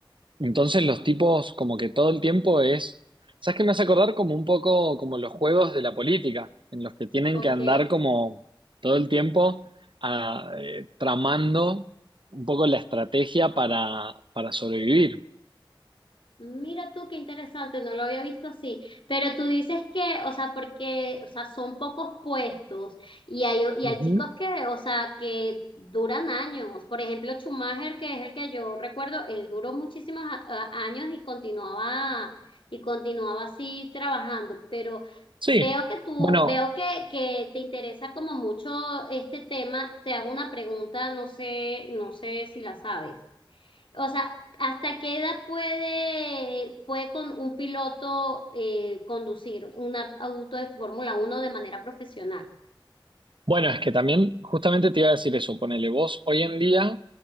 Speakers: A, on the right; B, on the left.
A: Entonces los tipos como que todo el tiempo es, ¿sabes qué me hace acordar? Como un poco como los juegos de la política, en los que tienen
B: ok.
A: que andar como todo el tiempo ah, eh, tramando un poco la estrategia para, para sobrevivir.
B: Mira tú qué interesante, no lo había visto así, pero tú dices que, o sea, porque, o sea, son pocos puestos y hay, y
A: Ujú.
B: hay chicos que, o sea, que duran años. Por ejemplo, Schumacher, que es el que yo recuerdo, él duró muchísimos a- a- años y continuaba y continuaba así trabajando, pero
A: Sí,
B: veo que tú,
A: bueno,
B: veo que, que te interesa como mucho este tema. Te hago una pregunta, no sé, no sé si la sabes. O sea, ¿hasta qué edad puede, puede con un piloto eh, conducir un ar- auto de Fórmula uno de manera profesional?
A: bueno, es que también justamente te iba a decir eso, ponele vos, hoy en día